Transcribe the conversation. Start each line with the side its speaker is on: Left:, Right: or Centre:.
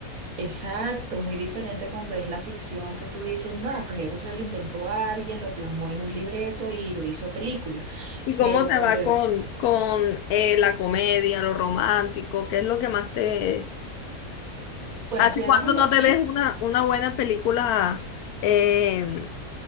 Right: Exacto, muy diferente cuando es la ficción que tú dices, no, pues eso se lo inventó alguien, lo plasmó en un libreto y lo hizo película.
Left: ¿Y cómo
Right: Pero
Left: te
Right: cuando,
Left: va con, con eh, la comedia, lo romántico? ¿Qué es lo que más te...
Right: bueno,
Left: ¿Hace
Right: si me
Left: cuánto
Right: das a elegir.
Left: no te ves una, una buena película eh,